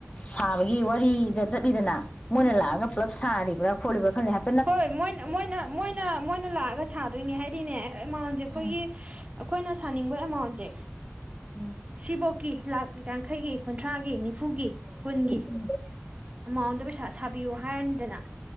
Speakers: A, on the left; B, on the right.
A: ꯁꯥꯕꯒꯤ ꯋꯥꯔꯤꯗ ꯆꯠꯂꯤꯗꯅ ꯃꯣꯏꯅ ꯂꯥꯛꯑꯒ ꯄꯨꯂꯞ ꯁꯥꯔꯤꯕ꯭ꯔꯥ ꯈꯣꯠꯂꯤꯕ꯭ꯔꯥ ꯈꯜꯂꯤ ꯍꯥꯏ
B: ꯍꯣꯏ ꯃꯣꯏ ꯃꯣꯏꯅ ꯃꯣꯏꯅ ꯃꯣꯏꯅ ꯂꯥꯛꯑꯒ ꯁꯥꯗꯣꯏꯅꯦ ꯍꯥꯏꯗꯤꯅꯦ ꯑꯦꯃꯥꯎꯟꯁꯦ ꯑꯩꯈꯣꯏꯒꯤ
A: ꯎꯝ
B: ꯑꯩꯈꯣꯏꯅ ꯁꯥꯅꯤꯡꯕ ꯑꯦꯃꯥꯎꯟꯁꯦ
A: ꯎꯝ
B: ꯁꯤꯕꯣꯛꯀꯤ ꯂꯥꯛ ꯌꯥꯡꯈꯩꯒꯤ ꯀꯨꯟꯊ꯭ꯔꯥꯒꯤ ꯅꯤꯐꯨꯒꯤ ꯀꯨꯟꯒꯤ
A: ꯎꯝ
B: ꯑꯦꯃꯥꯎꯟꯗ ꯄꯩꯁꯥ ꯁꯥꯕ ꯕꯤꯌꯨ ꯍꯥꯏꯔꯅꯤꯗꯅ